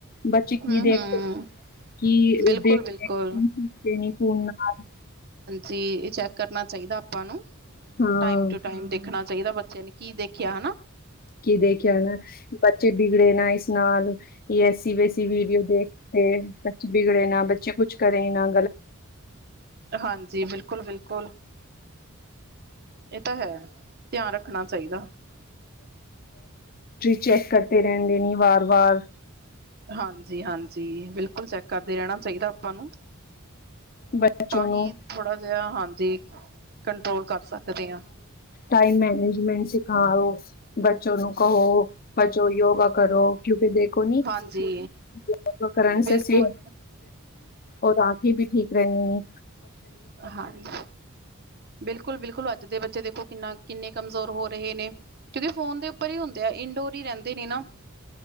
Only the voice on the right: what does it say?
ਹਮ
ਹਮ
ਬਿਲਕੁਲ
ਬਿਲਕੁਲ
ਜੀ ਇਹ ਚੈੱਕ ਕਰਨਾ ਚਾਹੀਦਾ ਆਪਾ ਨੂੰ।
ਟਾਈਮ ਟੂ ਟਾਈਮ ਦੇਖਣਾ ਚਾਹੀਦਾ, ਬੱਚੇ ਨੇ ਕੀ ਦੇਖ ਕਿਆ ਹਨਾਂ?
ਹਾਂਜੀ ਬਿਲਕੁਲ-ਬਿਲ ਕੁਲ। ਇਹ ਤਾਂ ਹੈ। ਧਿਆਨ ਰੱਖਣਾ ਚਾਹੀਦਾ।
ਹਾਂਜੀ ਹਾਂਜੀ ਬਿਲਕੁਲ ਚੈੱਕ ਕਰਦੇ ਰਹਿਣਾ ਚਾਹੀਦਾ ਆਪਾਂ ਨੂੰ।
ਤਾਂ ਹੀ
ਥੋੜਾ ਜਿਹਾ ਹਾਂਜੀ ਕੰਟਰੋਲ ਕਰ ਸਕਦੇ ਹਾਂ
ਹਾਂਜੀ
ਬਿਲਕੁਲ
ਹਾਂਜੀ। ਬਿਲਕੁਲ-ਬਿਲਕੁਲ ਅੱਜ ਦੂਜੇ ਬੱਚੇ ਦੇਖੋ ਕਿੰਨਾ ਕਿੰਨੇ ਕਮਜ਼ੋਰ ਹੋ ਰਹੇ ਨੇ। ਕਿਉਂਕਿ ਫੋਨ ਦੇ ਉੱਪਰ ਹੀ ਹੁੰਦੇ ਆ, ਇਨਡੋਰ ਹੀ ਰਹਿੰਦੇ ਨੇ ਨਾ।